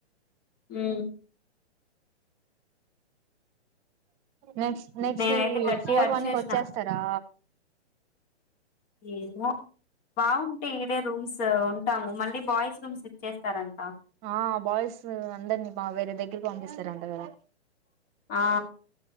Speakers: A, on the left; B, on the right.
A: మ్
B: నెక్స్ట్ నెక్స్ట్
A: నేన్
B: ఈ
A: అయితే గట్టిగా
B: ఫోర్
A: వచ్చేసిన
B: వన్ కి వచ్చేస్తారా
A: ఏమో బాగుంటే ఇదే రూమ్స్ ఉంటాము మళ్ళీ బాయ్స్ రూమ్స్ ఇచ్చేస్తారంట
B: ఆ బాయ్స్ అందరినీ మా వేరే దగ్గరికి పంపిస్తారు అంట గదా
A: ఆ